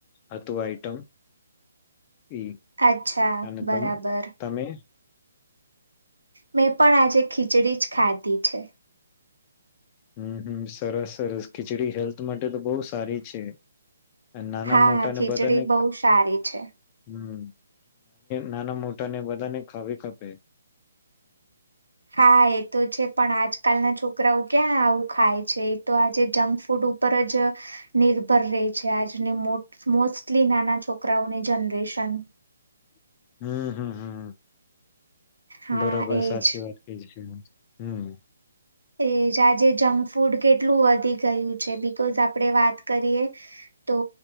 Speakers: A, on the left; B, on the right.
A: હતું આઈટમ એ
B: અચ્છા
A: અને
B: બરાબર
A: તમે તમે.
B: મેં પણ આજે ખીચડી જ ખાધી છે.
A: હમ હમ સરસ સરસ ખીચડી હેલ્થ માટે તો બહુ સારી છે. નાના
B: હા
A: મોટા ને
B: ખીચડી
A: બધાને
B: બહુ સારી છે
A: હમ નાના મોટાને બધાને ખાવી કપે.
B: હા એ તો છે પણ આજકાલના છોકરાઓ ક્યાં આવું ખાય છે એ તો આજે જંક ફૂડ ઉપર જ નિર્ભર રહે છે આજને મો મો એટલી નાના છોકરાઓને જનરેશન
A: <inaudible>
B: હા
A: બરોબર
B: એજ
A: સાચી વાત ક છેું. <inaudible>
B: એજ આજે જંક ફૂડ કેટલું વધી ગયું છે બિકઝ આપડે વાત કરીએ તો